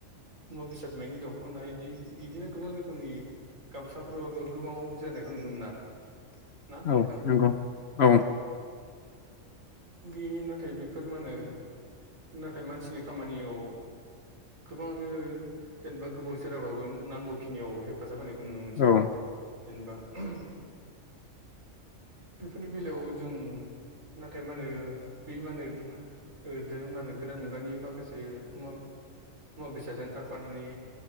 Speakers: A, on the right; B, on the left.
A: मुवा बेसाद मानि दखना बिदि इदिनो गोबां रोखोमनि गामसाफोरबाबो गोबाव जोरनायखौ नुनो मोना ना नोंथां
B: औ नंगौ औ
A: बे नाथाय बेफोर मा होनो नाथाय मानसिनि खामानियाव गोबाङानो जेनेबा गोबाव सोराबाबो नांगौखिनियाव हेफाजाब होनायखौ खौ नुनो मोनसै
B: औ
A: जेनेबा हम बेफोरनि बेलायाव जों ना नाथाय मा होनो बे माहोनो मा ओ दो गोदान मुगानि माखासे म मुवा बेसादाजों खारफानानै